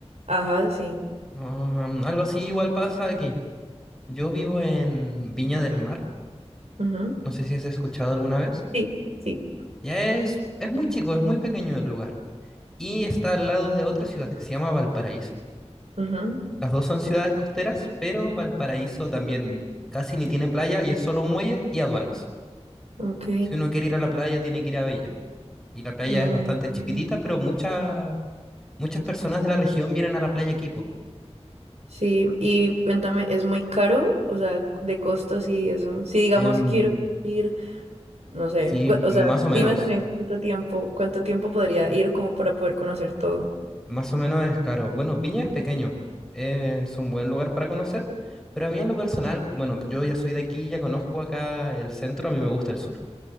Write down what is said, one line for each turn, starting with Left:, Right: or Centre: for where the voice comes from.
Right: Ajá, sí.
Centre: Ah, algo así igual pasa aquí. Yo vivo en Viña del Mar.
Right: Ujú.
Centre: No sé si has escuchado alguna vez.
Right: Sí, sí.
Centre: Ya es, es muy chico, es muy pequeño el lugar. Y está al lado de otra ciudad que se llama Valparaíso.
Right: Ujú,
Centre: Las dos son ciudades costeras, pero Valparaíso también casi ni tiene playa y es solo un muelle y aduanas.
Right: Ok.
Centre: Si uno quiere ir a la playa, tiene que ir a Bella. Y la playa
Right: Mm,
Centre: es bastante chiquitita, pero muchas muchas personas de la región vienen a la playa aquí, po.
Right: sí, y cuéntame, ¿es muy caro? O sea, de costos y eso. Si digamos
Centre: Em,
Right: quiero ir, no sé,
Centre: sí,
Right: cu- o
Centre: más
Right: sea,
Centre: o menos.
Right: dime también cuánto tiempo, cuánto tiempo podría ir como para poder conocer todo.
Centre: Más o menos es caro. Bueno, Viña es pequeño, es un buen lugar para conocer, pero a mí en lo personal, bueno, yo ya soy de aquí, ya conozco acá el centro, a mí me gusta el sur.